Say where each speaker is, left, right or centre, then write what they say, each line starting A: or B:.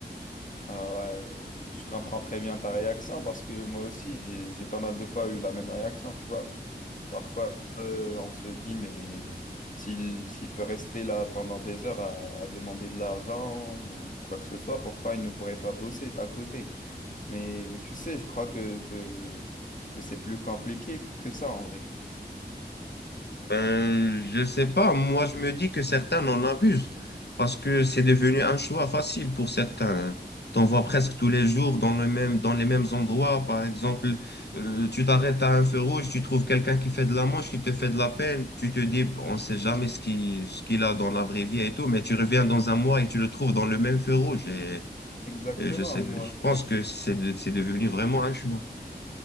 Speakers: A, on the left (about 50°); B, on the left (about 75°).
A: Ah ouais, euh, je comprends très bien ta réaction parce que moi aussi, j'ai, j'ai pas mal de fois eu la même réaction, tu vois. Parfois, euh, on se dit, mais s'il, s'il peut rester là pendant des heures à, à demander de l'argent ou quoi que ce soit, pourquoi il ne pourrait pas bosser à côté? Mais tu sais, je crois que, que, que c'est plus compliqué que ça en vrai.
B: Ben, je sais pas. Moi, je me dis que certains en abusent parce que c'est devenu un choix facile pour certains. hein. T'en vois presque tous les jours dans le même, dans les mêmes endroits. Par exemple, euh, tu t'arrêtes à un feu rouge, tu trouves quelqu'un qui fait de la manche, il te fait de la peine. Tu te dis, bon, on ne sait jamais ce qu'il, ce qu'il a dans la vraie vie et tout, mais tu reviens dans un mois et tu le trouves dans le même feu rouge. Et,
A: Exactement,
B: et je sais,
A: moi.
B: je pense que c'est de- c'est devenu vraiment un choix.